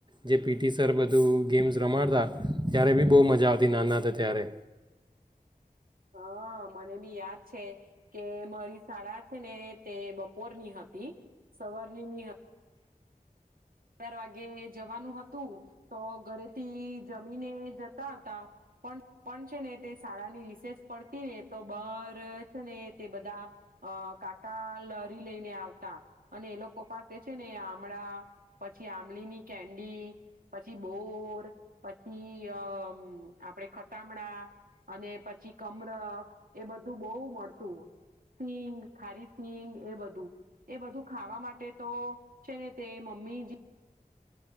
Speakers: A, on the right (about 30°); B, on the right (about 65°).
A: જે પીટી સર બધું ગેમ્સ રમાડતા ત્યારે બી બહુ મજા આવતી નાના હતા ત્યારે.
B: હ મને બી યાદ છે કે મારી શાળા છે ને તે બપોરની હતી સવારની ની હતી. અગાર વાગે જવાનું હતું તો ઘરેથી જમીને જતા હતા પણ. પણ છે ને તે શાળાની રિસેસ પડતી ને તો બાર છે ને તે બધા અ કાકા લારી લઈને આવતા અને એ લોકો પાસે છે ને આમળા. પછી આંમલીની કેન્ડી પછી બોર પછી અ મ આપડે ખટામણા. અને પછી કમરક એ બધું બહુ મળતું, સિંગ ખારી સિંગ એ બધું એ બધું ખાવા માટે તો છે ને તે મમ્મી જ